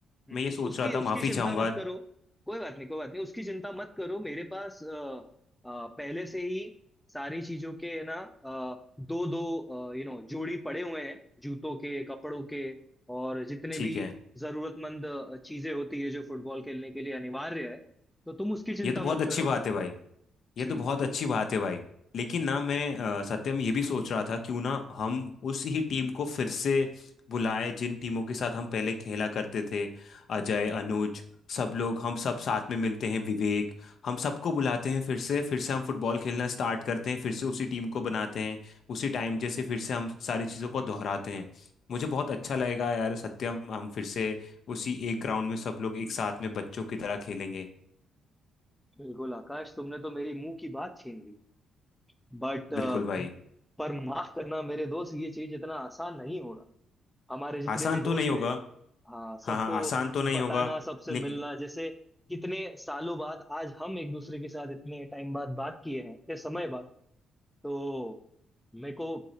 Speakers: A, in the centre; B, on the left.
A: हम्म,
B: मैं ये सोच
A: उसकी
B: रहा था
A: उसकी
B: माफ़ी
A: चिंता
B: चाहूंगा
A: मत करो कोई बात नहीं कोई बात नहीं उसकी चिंता मत करो मेरे पास अ, अ, पहले से ही सारी चीजों के है ना दो दो यू नो जोड़ी पड़े हुए हैं जूतों के कपड़ों के और जितने
B: ठीक
A: भी
B: है
A: जरूरतमंद अ, चीजें होती है जो फुटबॉल खेलने के लिए अनिवार्य है तो तुम उसकी चिंता
B: ये तो बहुत
A: मत
B: अच्छी
A: करो
B: बात है भाई
A: जी
B: ये तो बहुत
A: तुम
B: अच्छी बात है भाई लेकिन ना मैं अ, सत्यम ये भी सोच रहा था क्यों ना हम उस ही टीम को फिर से बुलाएं जिन टीमों के साथ हम पहले खेला करते थे अजय अनुज सब लोग हम सब साथ में मिलते हैं विवेक हम सबको बुलाते हैं फिर से फिर से हम फुटबॉल खेलना स्टार्ट करते हैं फिर से उसी टीम को बनाते हैं उसी टाइम जैसे फिर से हम सारी चीज़ों को दोहराते हैं मुझे बहुत अच्छा लगेगा यार सत्यम हम फिर से उसी एक ग्राउंड में सब लोग एक साथ में बच्चों की तरह खेलेंगे
A: बिल्कुल आकाश तुमने तो मेरी मुंह की बात छीन ली बट
B: बिल्कुल भाई
A: पर माफ करना मेरे दोस्त ये चीज इतना आसान नहीं हो रहा हमारे जितने
B: आसान
A: भी दोस्त
B: तो नहीं होगा
A: थे हाँ सबको
B: हाँ हाँ आसान तो नहीं
A: बताना
B: होगा
A: सबसे
B: लेकिन
A: मिलना जैसे कितने सालों बाद आज हम एक दूसरे के साथ इतने टाइम बाद बात किए हैं इतने समय बाद तो मेरे को